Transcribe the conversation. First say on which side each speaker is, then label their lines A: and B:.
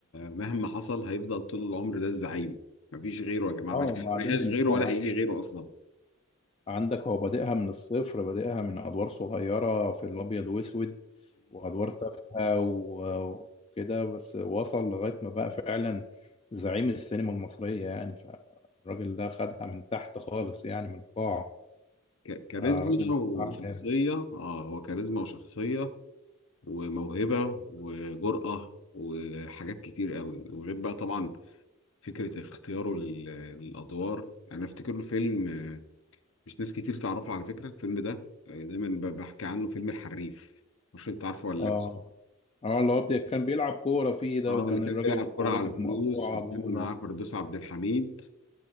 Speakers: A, on the left (about 65°); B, on the left (about 25°).
A: مهما حصل هيفضل طول العمر ده الزعيم مفيش غيره يا جماعة
B: اه
A: ما جاش
B: وبعدين
A: ما جاش
B: انت
A: غيره ولا هيجي غيره أصلا
B: عندك هو بادئها من الصفر بادئها من ادوار صغيره في الابيض واسود وادوار تافهه و- وكده بس وصل لغايه ما بقى فعلا زعيم السينما المصريه يعني فالراجل ده خدها من تحت خالص يعني من القاع
A: ك- كاريزما
B: فالراجل
A: وشخصية
B: بصراحه جامد
A: اه هو كاريزما وشخصية وموهبة وجرأة وحاجات كتير قوي وغير بقى طبعا فكرة اختياره لل- للأدوار أنا أفتكر له فيلم آه، مش ناس كتير تعرفه على فكرة الفيلم ده آه، دايما ب- بحكي عنه فيلم الحريف مش أنت عارفه ولا
B: اه
A: لأ
B: اه اللي هو بي- كان بيلعب كورة فيه ده
A: اه
B: وكان
A: اللي كان
B: الراجل
A: بيلعب كرة
B: ورجله
A: على فلوس
B: مقطوعة
A: وكان
B: أبوه
A: معاه
B: ده
A: فردوس عبد الحميد